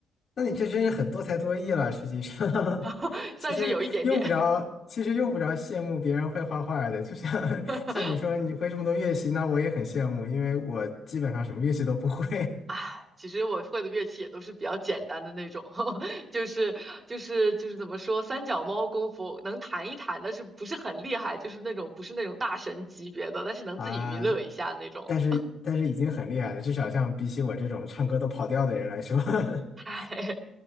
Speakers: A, on the left; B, on the right.
A: 那你这真是很多才多艺了，实际上，<laughs>
B: <laughs> 算是有一点点
A: 其实用不着，其实用不着羡慕别人会画画的。就像 <laughs>
B: <laughs>
A: 像你说你会这么多乐器，那我也很羡慕，因为我基本上什么乐器都不会
B: 啊，其实我会的乐器也都是比较简单的那种，<laughs> 就是就是就是怎么说，三脚猫功夫能弹一弹，但是不是很厉害，就是那种不是那种大神级别的，但是能自己娱乐一下那种。
A: <laughs> 啊。但是但是已经很厉害了，至少像比起我这种唱歌都跑调的人来说，<laughs>
B: 嗨，